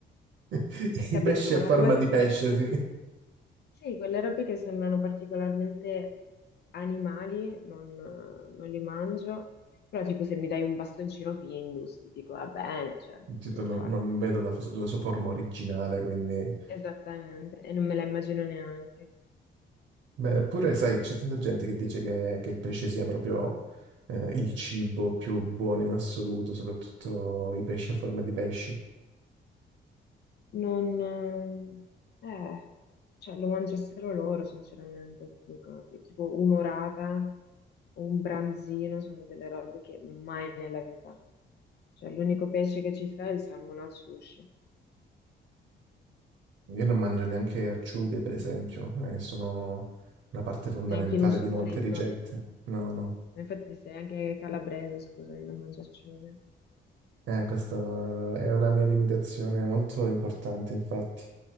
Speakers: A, on the right; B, on the left.
A: <laughs>
B: capito?
A: I pesci
B: Una
A: a forma
B: roba che
A: di
B: sa...
A: pesce, sì.
B: Sì, quelle robe che sembrano particolarmente animali, non, non li mangio, però tipo se mi dai un bastoncino Findus, ti dico va bene, cioè,
A: Giusto,
B: che devo
A: non,
B: fare?
A: non vedo la, fo- la sua forma originale, quindi...
B: Esattamente, e non me la immagino neanche.
A: Beh, eppure, sai, c'è tanta gente che dice che, che il pesce sia proprio eh, il cibo più buono in assoluto, soprattutto i pesci a forma di pesci.
B: Non, ehm, eh, cioè lo mangiassero loro, sinceramente, ti dico, E tipo un'orata o un branzino sono delle robe che mai nella vita. Cioè l'unico pesce che ci sta è il salmone al sushi,
A: Io non mangio neanche acciughe, per esempio, e sono una parte fondamentale
B: neanche in un soffritto.
A: di molte ricette. No, no.
B: Infatti sei anche calabrese, scusami, non mangia acciughe.
A: Eh, questa è una mia limitazione molto importante, infatti.